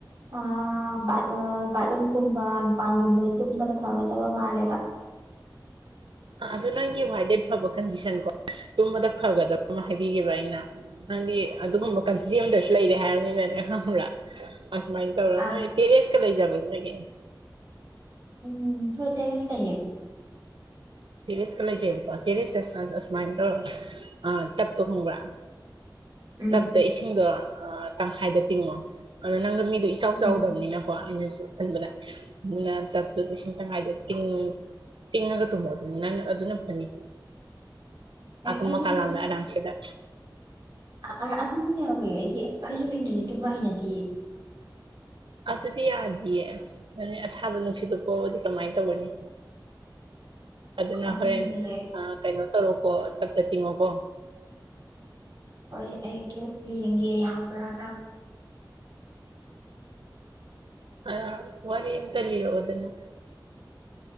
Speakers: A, on the right (about 55°); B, on the right (about 85°).
A: ꯑꯥ ꯕꯥꯠꯔꯣ ꯕꯥꯠꯔꯨꯝꯒꯨꯝꯕ ꯃꯄꯥꯟꯒꯨꯝꯕ ꯇꯨꯝꯕꯅ ꯐꯒꯗꯕ ꯃꯥꯜꯂꯦꯕ
B: ꯑ ꯑꯗꯨ ꯅꯪꯒꯤ ꯋꯥꯏꯗꯩ ꯐꯕ ꯀꯟꯗꯤꯁꯟ ꯀꯣ ꯇꯨꯝꯕꯗ ꯐꯒꯗꯝꯃꯥ ꯍꯥꯏꯕꯤꯒꯦꯕ ꯑꯩꯅ ꯅꯪꯗꯤ ꯑꯗꯨꯒꯨꯝꯕ ꯀꯟꯇ꯭ꯔꯤ ꯑꯝꯗꯁꯨ ꯂꯩꯔꯦ ꯍꯥꯏꯔꯃꯤꯅꯅꯦ ꯈꯪꯕ꯭ꯔꯥ ꯑꯁꯨꯃꯥꯏ ꯇꯧꯔ
A: ꯑꯥ
B: ꯅꯣꯏ ꯇꯦꯔꯦꯁꯀꯥ ꯂꯩꯖꯕꯔ ꯅꯣꯢꯒꯤ
A: ꯎꯝ ꯍꯣꯢ ꯇꯦꯔꯦꯁ ꯂꯩꯌꯦ
B: ꯇꯦꯔꯤꯦꯁꯀ ꯂꯩꯖꯩꯕꯗꯣ ꯇꯦꯔꯤꯦꯁꯀ ꯁꯥꯏꯟ ꯑꯁꯨꯃꯥꯏ ꯇꯧꯔ ꯑ ꯇꯞꯄ ꯈꯪꯕꯔꯥ
A: ꯎꯝ
B: ꯇꯞꯄ ꯏꯁꯤꯡꯗꯣ ꯇꯪꯈꯥꯏꯗ ꯇꯤꯡꯉꯣ ꯑꯗꯨ ꯅꯪꯒ ꯃꯤꯗꯣ ꯏꯆꯥꯎ
A: ꯎꯝ
B: ꯆꯥꯎꯗꯕꯅꯤꯅꯀꯣ ꯑꯩꯅꯁꯨ ꯈꯟꯕꯗ ꯑꯗꯨꯅ ꯇꯞꯇꯨ ꯂꯤꯁꯤꯡ ꯇꯪꯉꯥꯏꯗ ꯇꯤꯡ ꯇꯤꯡꯉꯒ ꯇꯨꯝꯃꯣ ꯑꯗꯨꯝ ꯅꯪ ꯑꯗꯨꯅ ꯐꯅꯤ
A: ꯑꯦ
B: ꯑꯀꯟ
A: ꯑꯩꯗꯤ
B: ꯃꯀꯥ ꯂꯥꯝꯅ ꯑꯔꯥꯝꯁꯦꯗ
A: ꯑꯥ ꯑꯥ ꯑꯗꯨꯗꯤ ꯂꯩꯍꯧꯋꯦ ꯑꯩꯒꯤ ꯐꯩꯖꯨꯞ ꯏꯟꯗꯗꯤ ꯇꯨꯝꯕ ꯍꯩꯅꯗꯤꯌꯦ
B: ꯑꯗꯨꯗꯤ ꯌꯥꯗꯤꯌꯦ <unintelligible> ꯑꯁꯥꯕ ꯅꯨꯡꯁꯤꯠꯇꯣ ꯄꯣꯛꯑꯗꯤ ꯀꯃꯥꯏ ꯇꯧꯒꯅꯤ
A: <inaudible>
B: ꯑꯗꯨꯅ
A: ꯈꯪꯗꯦ
B: ꯍꯣꯔꯦꯟ ꯑꯥ ꯀꯩꯅꯣ ꯇꯧꯔꯣꯀꯣ ꯇꯞ ꯇꯞ ꯇꯤꯡꯉꯣꯀꯣ
A: ꯍꯣꯏ ꯑꯩ ꯑꯗꯨ ꯌꯦꯡꯒꯦ ꯌꯥꯕ꯭ꯔꯥꯅ
B: ꯑ ꯋꯥꯔꯤ ꯑꯝꯇꯥ ꯂꯤꯔꯛꯑꯣꯗꯅ